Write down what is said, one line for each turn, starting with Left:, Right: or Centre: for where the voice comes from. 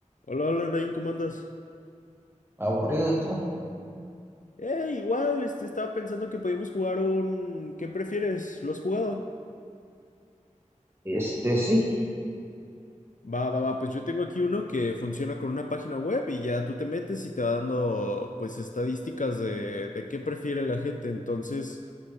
Left: Hola, hola, Nain, ¿cómo andas?
Right: aburrido y todo.
Left: Eh, igual, este, estaba pensando que podíamos jugar un... ¿Qué prefieres? ¿Lo has jugado?
Right: Este sí,
Left: Va, va, va, pues yo tengo aquí uno que funciona con una página web y ya tú te metes y te va dando, pues, estadísticas de, de qué prefiere la gente. Entonces,